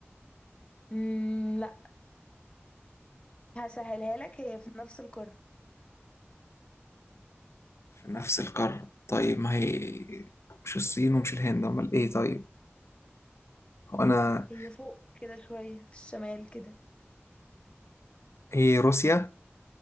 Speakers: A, on the left (about 25°); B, on the left (about 75°).
A: مم لا هسهلها لك هي في نفس القارة
B: في نفس القارة طيب ما هي مش الصين ومش الهند أمال إيه طيب هو أنا
A: هي فوق كده شوية في الشمال كده
B: هي روسيا